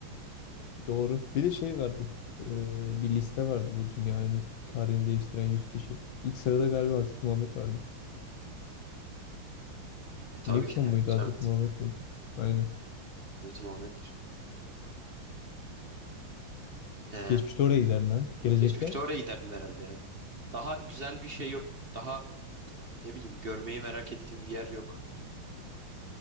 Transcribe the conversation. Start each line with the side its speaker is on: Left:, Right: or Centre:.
Left: Doğru. Bir de şey vardı. Ee, bir liste vardı bu dünyanın tarihini değiştiren 100 kişi. İlk sırada galiba Hazreti Muhammed vardı.
Right: E tabii
Left: Newton
Right: ki de bir
Left: muydu Hazreti
Right: zahmet.
Left: Muhammed miydi? Aynen.
Right: Hazreti Muhammed'dir. He,
Left: Geçmişte oraya giderdin ha. Gelecekte.
Right: geçmişte oraya giderdim herhalde ya. Daha güzel bir şey yok. Daha ne bileyim görmeyi merak ettiğim bir yer yok.